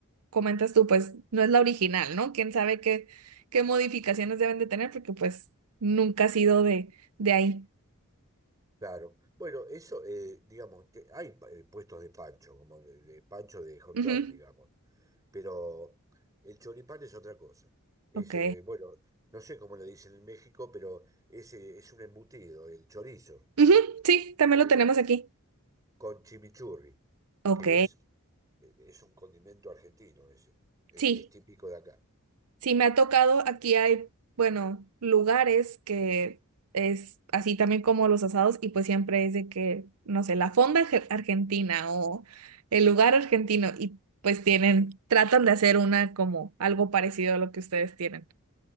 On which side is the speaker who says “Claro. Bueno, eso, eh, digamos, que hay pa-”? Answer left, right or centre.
Right